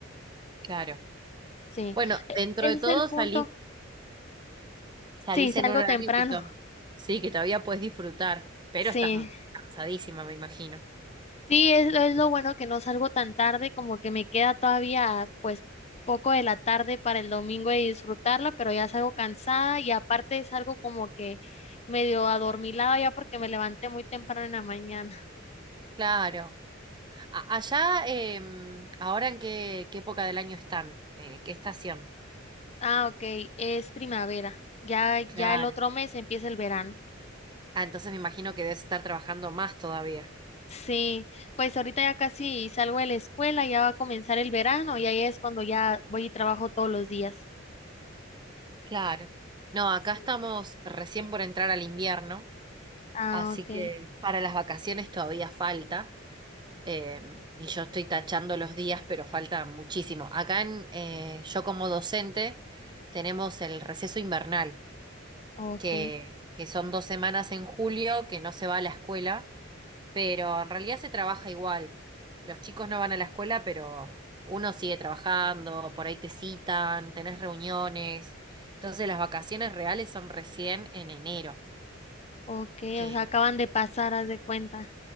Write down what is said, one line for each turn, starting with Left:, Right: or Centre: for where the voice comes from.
Right: Claro.
Left: Sí,
Right: Bueno, dentro
Left: ese
Right: de todo
Left: es el punto.
Right: salís, salís
Left: Sí, salgo
Right: en un horario
Left: temprano.
Right: que to- sí, que todavía puedes disfrutar, pero
Left: <laughs>
Right: estás
Left: Sí.
Right: cansadísima, me imagino.
Left: Sí, es, lo- es lo bueno que no salgo tan tarde, como que me queda todavía pues poco de la tarde para el domingo y disfrutarla, pero ya salgo cansada y aparte salgo como que medio adormilada ya porque me levanté muy temprano en la mañana. <laughs>
Right: Claro. A- allá, em, ahora en qué, qué época del año están, Eh, ¿qué estación?
Left: Ah, ok, es primavera. Ya,
Right: Claro.
Left: ya el otro mes empieza el verano.
Right: Ah, entonces me imagino que debes estar trabajando más todavía.
Left: Sí, pues ahorita ya casi salgo de la escuela, ya va a comenzar el verano y ahí es cuando ya voy y trabajo todos los días.
Right: Claro. No, acá
Left: Sí.
Right: estamos recién por entrar al invierno,
Left: Ah,
Right: así
Left: ok,
Right: que para las vacaciones todavía falta. eh, y yo estoy tachando los días, pero falta muchísimo. Acá en, eh, yo como docente tenemos el receso invernal,
Left: ok.
Right: que, que son dos semanas en julio que no se va a la escuela pero en realidad se trabaja igual. Los chicos no van a la escuela, pero uno sigue trabajando, por ahí te citan, tenés reuniones. Entonces las vacaciones reales son recién en enero,
Left: Ok,
Right: que
Left: o sea, acaban de pasar, haz de cuenta.